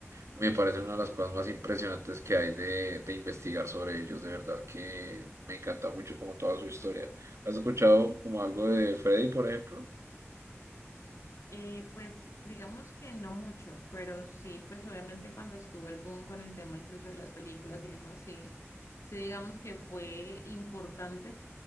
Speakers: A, on the right (about 75°); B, on the left (about 80°).
A: me parecen una de las cosas más impresionantes que hay de, de investigar sobre ellos. De verdad que me encanta mucho como toda su historia. ¿Has escuchado como algo de Freddie, por ejemplo?
B: Eh, pues digamos que no mucho, pero sí, pues obviamente cuando estuvo el boom con el tema incluso de las películas y demás, sí, sí digamos que fue importante